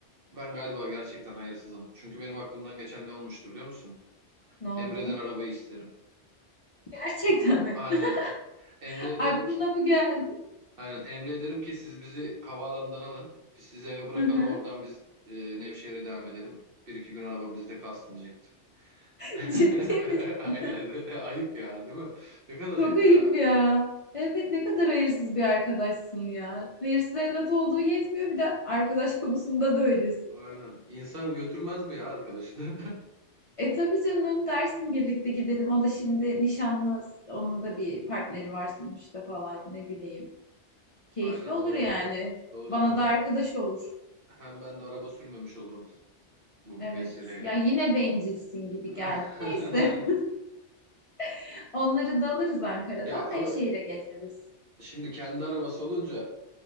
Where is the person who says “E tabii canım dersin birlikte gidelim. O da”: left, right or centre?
Left